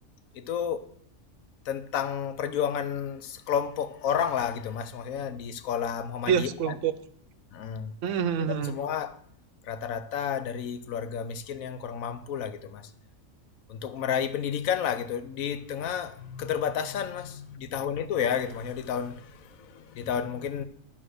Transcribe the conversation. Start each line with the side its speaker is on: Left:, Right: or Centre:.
Left: itu tentang perjuangan sekelompok orang lah gitu Mas maksudnya di sekolah Muhammadiyah.
Right: Iya, sekelompok.
Left: Mm.
Right: Hmm, hmm,
Left: Itu Kan
Right: hmm.
Left: semua
Right: hmm.
Left: rata-rata dari keluarga miskin yang kurang mampu lah gitu Mas. Untuk meraih pendidikan lah gitu di tengah keterbatasan Mas di tahun itu ya gitu maksudnya di tahun di tahun mungkin